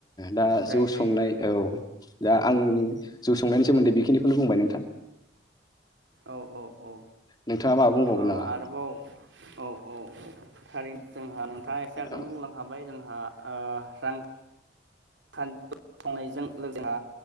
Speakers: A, on the left; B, on the right.
A: दा
B: जायो
A: जौ
B: जायो
A: संनाय
B: जायो जायो
A: औ दा आं जौ संनायनि सोमोन्दै बेखिनिखौनो बुंबाय नोंथां
B: औ-औ-औ
A: नोंथाङा माबा बुंबावगोन
B: ओआरोबाव
A: नामा
B: औ-औ‌-औ। थारैनो जोंहा नोंथाङा एसे आगोलनो
A: औ
B: बुंलांखाबाय हाबाय जोंहा ओ रां <unintelligible> जोंहा